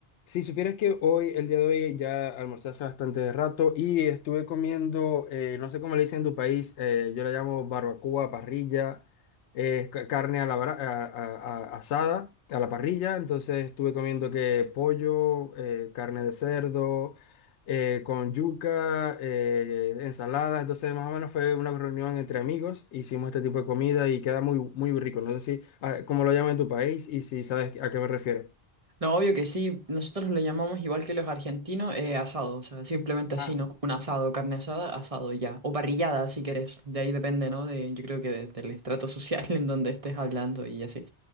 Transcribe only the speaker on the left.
Si supieras que hoy, el día de hoy, ya almorcé hace bastante rato y estuve comiendo, eh, no sé cómo le dicen en tu país, eh, yo la llamo barbacoa, parrilla, eh, ca- carne a la, bra- a- a- a- asada, a la parrilla, entonces estuve comiendo que pollo, eh, carne de cerdo, eh, con yuca, eh, ensalada, entonces más o menos fue una reunión entre amigos, hicimos este tipo de comida y queda muy, muy rico, no sé si, ah, cómo lo llaman en tu país y si sabes a qué me refiero.
Ah,